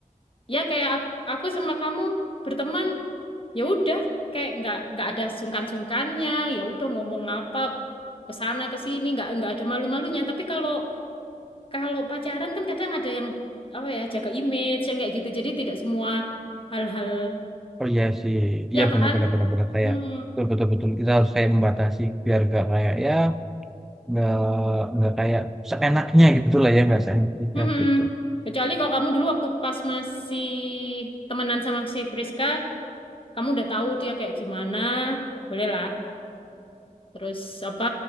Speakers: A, on the left; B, in the centre.
A: ya kayak ak- aku sama kamu berteman, ya udah, kayak nggak nggak ada sungkan-sungkannya, ya udah ngomong apa ke sana ke sini, nggak nggak ada malu-malunya. Tapi kalau kalau pacaran kan kadang ada yang apa ya jaga image yang kayak gitu, jadi tidak semua hal-hal,
B: oh iya sih, iya
A: ya kan?
B: benar-benar benar-benar kayak
A: Hmm,
B: betul-betul betul kita harus kayak membatasi biar gak kayak ya nggak nggak kayak seenaknya gitu lah ya nggak seenak kita
A: hmm.
B: gitu.
A: Kecuali kalau kamu dulu waktu pas masih temenan sama si Priska, kamu udah tahu dia kayak gimana, bolehlah. Terus apa,